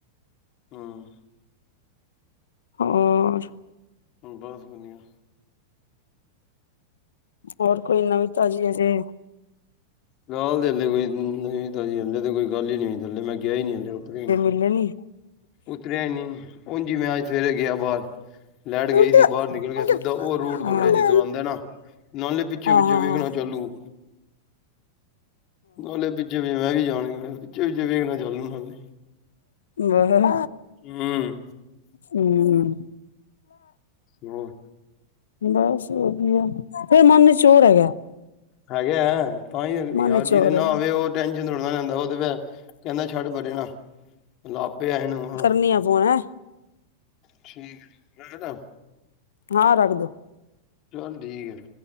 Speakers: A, on the left (about 45°); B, on the left (about 80°).
A: ਹਾਂ
B: ਹੋਰ
A: ਬਸ ਵਧੀਆ
B: ਹੋਰ ਕੋਈ ਨਵੀਂ ਤਾਜ਼ੀ ਹਜੇ
A: ਨਾ ਹਲੇ ਤੇ ਕੋਈ ਨਵੀ ਤਾਜ਼ੀ ਹਲੇੇ ਤਾਂ ਕੋਈ ਗੱਲ ਈ ਨਈ ਹੋਈ ਥੱਲੇ ਮੈਂ ਗਿਆ ਈ ਨੀ ਹਲੇ ਉੱਤਰਿਆ ਈ ਨੀ।
B: ਨਈ
A: ਉਤਰਿਆ ਈ ਨੀ, ਉਂਝ ਈ ਨੀ ਮੈਂ ਅੱਜ ਸਵੇਰੇ ਗੇਆ ਬਾਰ। ਲੈਟ ਗਈ
B: ਹਾਂ
A: ਸੀ ਬਾਰ ਨਿਕਲ ਗਿਆ ਸਿੱਧਾ ਓ ਰੂਟ ਪਕੜਿਆ ਜਿੱਦੋਂ ਆਂਦਾ ਨਾ ਨਾਲ ਦੇ ਪਿੱਛੇ-ਪਿੱਛੇ
B: ਹਾਂ
A: ਵੇਖਣਾ ਚਾਲੂ ਨਾਲੇ ਪਿਛੇ ਵੀ ਮੈਂ ਵੀ ਆ ਈ ਜਾਨਗੇ ਪਿਛੇ ਵੇਖ ਚਾਂਲੂ ਨਾਲੇ-
B: ਗਗਨ
A: ਹੂੰ-
B: ਊਂ
A: ਹੋਰ
B: ਬਸ ਵਦੀਆ ਫੇਰ ਮਨ ਮੇ ਚੋਰ ਹੈਗਾ,
A: ਹੈਗੇ ਆ ਤਾਂ ਹੀ
B: ਮਨ
A: ਯਾਰ
B: ਮੇ
A: ਜਿਹਦੇ
B: ਚੋਰ
A: ਨਾ
B: ਐ।
A: ਆਵੇ ਉਹ ਟੈਨਸ਼ਨ ਥੋੜ੍ਹਾ ਲੈਂਦਾ ਓ ਤੇ ਫੇਰ ਕੈਂਦਾ ਛੱਡ ਪਰੇ ਨਾ ਆਪੇ ਆ ਜਾਨਾ ਵਾਂ।
B: ਨੀਆ ਪੋਨਾ
A: ਠੀਕ ਰੈਂਦਾ
B: ਹਾਂ ਰੱਖਦੋ
A: ਚੱਲ ਠੀਕ ਐ।